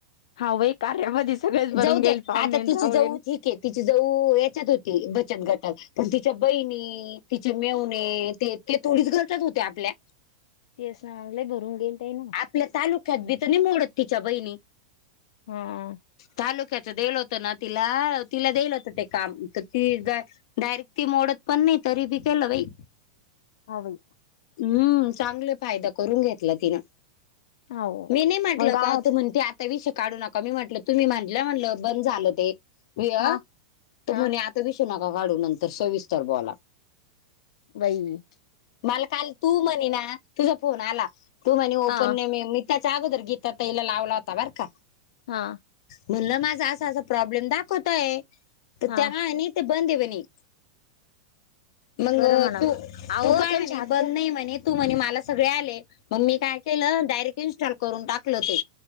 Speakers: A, on the left (about 75°); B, on the left (about 60°).
A: हा भाई कार्यामध्येध सगळेच भरून
B: जाऊ
A: गेईल
B: दे
A: पाहुणेन
B: आता तिची
A: रावळेन
B: जाऊ ठीक आहे तिची जाऊ याच्यात होती बचत गटात पण तिच्या बहिणी तिचे मेवणे ते ते थोडीच गटात होते आपल्या
A: तीस ना आमलाही भरून गेलत ना
B: आपल्या तालुक्यात बी तर मोडत तिच्या बहिणी
A: हा
B: तालुक्याच देल होतं ना तिला तिला देल होतं ते काम तर ती डायरेक्ट ती मोडत पण नाही तरी बी केलं बाई
A: आई
B: हम्म चांगले फायदा करून घेतला तिनं
A: हो
B: मी नाही म्हटल
A: मग गावात
B: कात म्हणती आता विष काढू नका मी म्हटलं तुम्ही म्हटलं म्हटलं बंद झालं ते वि
A: हा हा
B: म्हणे विशू नका काढू नंतर सोविस्तर बोला
A: बई
B: मला काल तू म्हणे ना तुझा फोन आला तू म्हणे ओपन
A: हा
B: नाही म मी चागोर गीतााता इला लावल होता बर का
A: हा
B: म्हण माझा अस अस प्रॉब्लेम दाखवतय तर
A: हा
B: त्या का बंद आहे म्हणे मग
A: बरं म्हणाव
B: तू
A: अहो
B: तू काय
A: त्यांच्या
B: म्हणे
A: हात
B: बंद नाही म्हणे तू म्हणे मला सगळे आले मग मी काय केलं डायरेक्ट इन्स्टॉल करून टाकल ते